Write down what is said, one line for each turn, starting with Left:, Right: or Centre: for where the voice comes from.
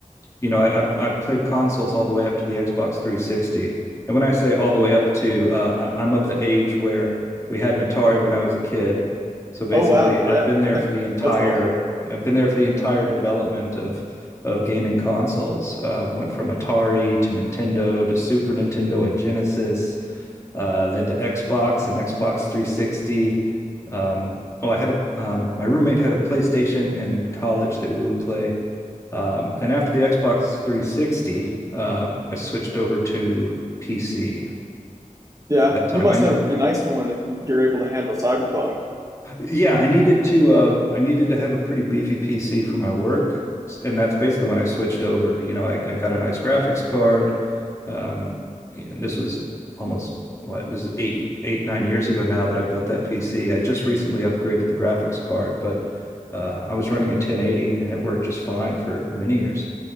Left: you know, I, I've I've played consoles all the way up to the Xbox 360. And when I say all the way up to, uh, I'm I'm of the age where we had an Atari when I was a kid. So basically,
Right: oh wow, yeah,
Left: I've been there for the entire
Right: that's awesome.
Left: I've been there for the entire development of of gaming consoles. Uh, went from Atari to Nintendo to Super Nintendo and Genesis, uh, then to Xbox and Xbox 360. Um, oh, I had a um, my roommate had a PlayStation in college that we would play. Um, and after the Xbox 360, uh, I switched over to PC
Right: Yeah,
Left: at that time.
Right: you must
Left: I
Right: have a pretty nice one if you're able to handle Cyberpunk.
Left: yeah, I needed to uh, I needed to have a pretty beefy PC for my work, and that's basically when I switched over. You know, I, I got a nice graphics card. Um, and this was almost what this is eight eight nine years ago now that I built that PC. I just recently upgraded the graphics card, but uh, I was running a 1080 and it worked just fine for many years.